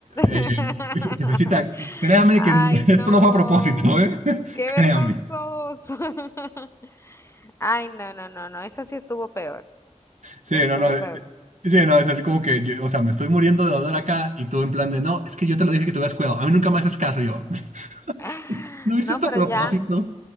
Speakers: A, on the right (about 70°); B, on the left (about 20°).
A: eh,
B: <laughs>
A: jefecita, créame
B: Ay,
A: que <laughs>
B: no.
A: esto no fue a propósito, ¿eh? <laughs>
B: Qué
A: Créame.
B: vergonzoso. <laughs> Ay, no, no, no, no. Esa sí estuvo peor.
A: Sí,
B: Estuvo
A: no, no.
B: peor.
A: eh, Sí, no, es así como que, yo, o sea, me estoy muriendo de dolor acá y tú en plan de, no, es que yo te lo dije que tuvieras cuidado. A mí nunca me haces caso. Y yo, <laughs>
B: <laughs>
A: ¿no hice
B: No,
A: esto
B: pero
A: a propósito?
B: ya.